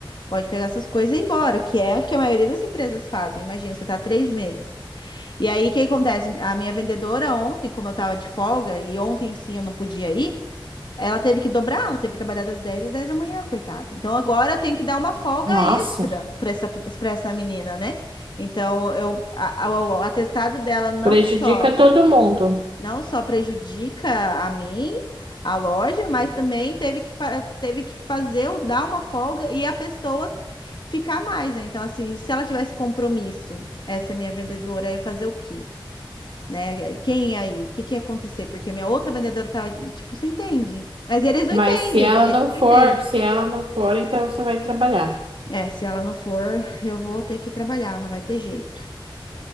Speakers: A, on the left; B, on the right.
A: pode pegar essas coisas e ir embora, que é o que a maioria das empresas fazem. Imagina, você tá três meses. E aí, o que acontece? A minha vendedora ontem, como eu tava de folga, e ontem sim eu não podia ir, ela teve que dobrar, ela teve que trabalhar das 10 às 10 da manhã, coitada. Então agora eu tenho que dar uma folga
B: Nossa,
A: extra para essa, para essa menina, né? Então eu, a- a- o atestado dela não
B: prejudica
A: só,
B: todo mundo.
A: não só prejudica a mim, a loja, mas também teve que, fa- teve que fazer eu dar uma folga e a pessoa ficar mais, né? Então, assim, se ela tivesse compromisso, essa minha vendedora ia fazer o quê? né? Quem é aí? O que que ia acontecer? Porque a minha outra vendedora tava, tipo, você entende? Mas eles não
B: Mas
A: entendem,
B: se ela
A: eles
B: não for,
A: não entendem.
B: se ela não for, então você vai trabalhar.
A: É, se ela não for, eu vou ter que trabalhar, não vai ter jeito.